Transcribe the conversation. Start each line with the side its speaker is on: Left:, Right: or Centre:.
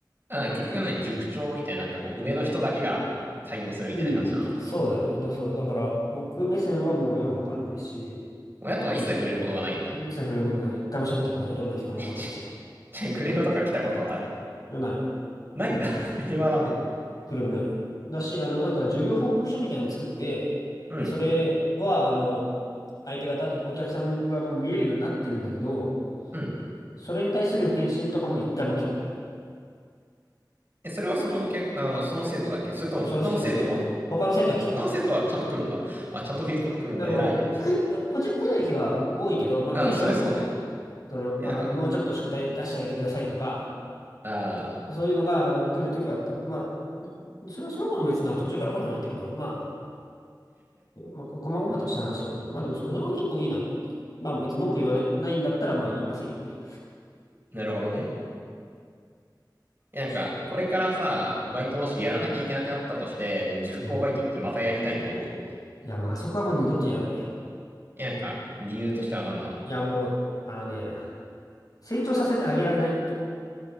Right: あ、結局何塾長みたいな、なんかこう、上の人だけがうん対応するみたいな感じなの
Left: うん、そうだね。だ、そう。だから、僕目線はもう親わかんないし、
Right: 親とは一切触れることがないんだ。
Left: 一切触れることない。一回も喋ったことない。どんな人かもわかんないし。
Right: <laughs> ちちくれームとか来たことはある。
Left: ない。
Right: ないんだ。<laughs> 平和だね。
Left: くるない。だし、あの、なんか授業報告書みたいなの作って、
Right: うん。
Left: で、それは、あの、相手方、お客さんがもう見えるようになってるんだけど、
Right: うん。
Left: それに対する返信とかも一回も来たことない。
Right: え、それはその、け、あの、その生徒だけそれとも他の生徒も、
Left: そうその生徒だけ。他の生徒は来てた。
Right: 他の生徒はちゃんと来るんだ。あ、ちゃんとフィードバック来るんだ。
Left: でも、
Right: 偉いね。
Left: 来る、もちろん来ない日は多いけど、まあ来る日は来る。
Right: あ、そりゃそうね。
Left: その、まあ、
Right: え、なんか、
Left: あの、もうちょっと宿題出してあげてくださいとか、
Right: あ
Left: そういうのが、あの、来るときはあった。まあ、それはその子も別になんか途中から来なくなったけど、まあ、まあ、こまごまとした話はもう。まあでもそ、それも結構いいなと思って。まあ別に文句言わない、ないんだったらまあ言いませんよ、みたいな。
Right: ー、なるほどね。えなんか、
Left: 私
Right: これからさ、バイトもしやらなきゃいけなくなったとして、塾講バイトってまたやりたいと思う。
Left: うん。いや、まああそこはもう二度と嫌だね。
Right: え、なんか、理由としては何なの
Left: いや、もう、あのね、成長させてあげられない。